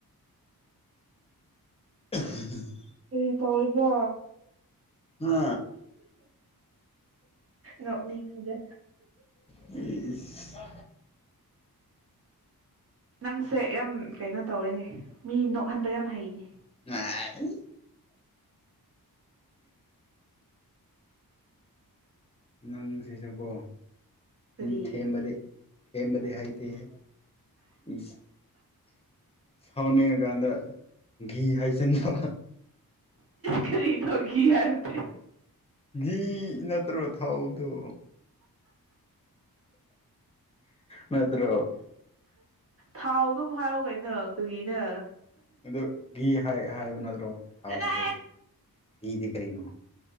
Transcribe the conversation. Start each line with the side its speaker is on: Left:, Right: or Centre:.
Left: <unintelligible>
Right: ꯀꯔꯤ ꯇꯧꯔꯤꯕꯣ
Left: ꯍꯥ
Right: ꯅꯣꯛꯅꯤꯡꯉꯤꯗ
Left: ꯏꯁ
Right: ꯅꯪꯁꯦ ꯌꯥꯝ ꯀꯩꯅꯣ ꯇꯧꯋꯦꯅꯦ ꯃꯤ ꯅꯣꯛꯍꯟꯕ ꯌꯥꯝ ꯍꯩꯅꯦ
Left: <unintelligible> ꯅꯪꯁꯤꯖꯨꯀꯣ
Right: ꯀꯔꯤ
Left: ꯃꯤ ꯊꯦꯝꯕꯗꯤ ꯇꯦꯝꯕꯗꯤ ꯍꯩꯇꯦꯍꯦ ꯏꯁ ꯁꯥꯎꯅꯤꯉ ꯀꯥꯟꯗ ꯒꯤ ꯍꯩꯆꯤꯟꯕ
Right: ꯀꯔꯤꯅꯣ ꯒꯤ ꯍꯥꯏꯕꯗꯤ
Left: ꯒꯤ ꯅꯠꯇ꯭ꯔꯣ ꯊꯥꯎꯗꯣ ꯅꯠꯗ꯭ꯔꯣ
Right: ꯊꯥꯎꯗꯨꯝ ꯍꯥꯏꯌꫭ ꯀꯩꯅꯣ ꯀꯔꯤꯅꯣ
Left: ꯑꯗꯨ ꯒꯤ ꯍꯥꯏ ꯍꯥꯏꯕ ꯅꯠꯗ꯭ꯔꯣ ꯊꯥꯕꯎꯗꯨꯁꯨ
Right: ꯆꯠꯂꯣꯍꯦ
Left: ꯒꯤꯗꯤ ꯀꯔꯤꯅꯣ